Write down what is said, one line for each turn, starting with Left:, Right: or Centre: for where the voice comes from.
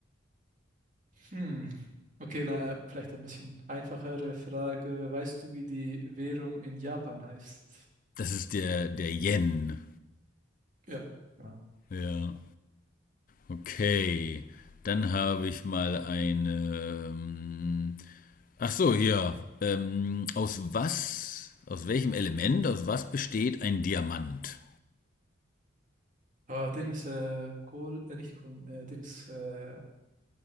Right: Hm. Okay, na, vielleicht ein bisschen einfachere Frage. Weißt du, wie die Währung in Japan heißt?
Left: Das ist der, der Yen.
Right: Ja. Genau.
Left: Ja. Okay. Dann habe ich mal eine. ähm, Ach so, hier. Ähm, aus was, aus welchem Element, aus was besteht ein Diamant?
Right: Ah, Dings, äh, Kohl, äh, nicht Kohl, äh, Dings, äh,